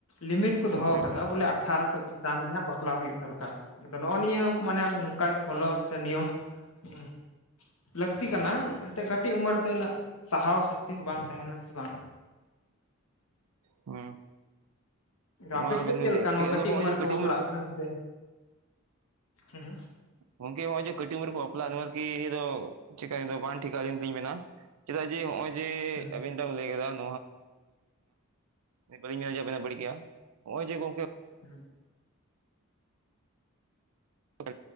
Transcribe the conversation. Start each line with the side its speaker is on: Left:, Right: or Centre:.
Left: ᱞᱤᱢᱤᱴ ᱠᱚ ᱫᱚᱦᱚ
Right: ᱦᱮᱸ
Left: ᱟᱠᱟᱫᱟ ᱵᱚᱞᱮ। ᱟᱴᱷᱟᱨᱚ ᱠᱷᱚᱡ ᱪᱮᱛᱟᱱ ᱜᱮ ᱦᱟᱸᱜ ᱵᱟᱯᱞᱟ ᱦᱩᱭᱩᱜ ᱫᱚᱨᱠᱟᱨ ᱟᱫᱚ ᱱᱚᱜᱼᱚ ᱱᱤᱭᱟᱹ ᱢᱟᱱᱮ ᱱᱚᱝᱠᱟ ᱜᱮ ᱯᱷᱳᱞᱳ ᱥᱮ ᱱᱤᱭᱚᱢ ᱼᱼ ᱦᱮᱸ ᱞᱟᱹᱠᱛᱤ ᱠᱟᱱᱟ ᱮᱱᱛᱮ ᱠᱟᱹᱴᱤᱡ ᱩᱢᱮᱨ ᱨᱮᱫᱚ ᱩᱱᱟᱹᱜ ᱥᱟᱦᱟᱣ ᱼᱼ ᱛᱤ ᱦᱚᱸ ᱵᱟᱝ ᱛᱟᱦᱮᱱᱟ ᱥᱮ ᱵᱟᱝ?
Right: ᱦᱮᱸ ᱱᱚᱣᱟ
Left: ᱟᱯᱮᱥᱮᱫ
Right: ᱟᱵᱮᱱ
Left: ᱪᱮᱞ
Right: ᱵᱮᱱ ᱞᱟᱹᱭ
Left: ᱱᱚᱣᱟ
Right: ᱠᱮᱫ
Left: ᱠᱟᱹᱴᱤᱡ
Right: ᱟᱫᱚ ᱱᱚᱜᱼᱚᱭ
Left: ᱩᱢᱮᱨ
Right: ᱡᱮ
Left: ᱨᱮᱠᱚ ᱵᱟᱯᱞᱟᱜ
Right: ᱠᱚ
Left: ᱠᱟᱱᱟ ᱥᱮ ᱦᱮᱸ
Right: ᱜᱚᱢᱠᱮ ᱦᱚᱸᱜᱼᱚᱭ ᱡᱮ ᱠᱟᱹᱴᱤᱡ ᱩᱢᱮᱨ ᱨᱮ ᱠᱚ ᱵᱟᱯᱞᱟᱜ ᱱᱣᱟ <inaudible> ᱠᱤ ᱫᱚ ᱪᱮᱠᱟ <inaudible> ᱫᱚ ᱵᱟᱝ ᱴᱷᱤᱠᱟ ᱟᱞᱤᱧ ᱫᱚᱞᱤᱧ ᱢᱮᱱᱟ ᱪᱮᱫᱟᱜ ᱡᱮ ᱱᱚᱜᱼᱚᱭ ᱡᱮ
Left: ᱦᱩᱸ
Right: ᱟᱹᱵᱤᱱ ᱞᱟᱹᱭ ᱠᱟᱫᱟ <inaudible> ᱵᱟᱹᱞᱤᱧ ᱢᱮᱱᱟ ᱡᱮ ᱟᱵᱤᱱᱟᱜ ᱵᱟᱹᱲᱤᱡ ᱜᱮᱭᱟ ᱱᱚᱜᱼᱚᱭ ᱡᱮ ᱜᱚᱢᱠᱮ
Left: ᱦᱮᱸ <inaudible>
Right: ᱩ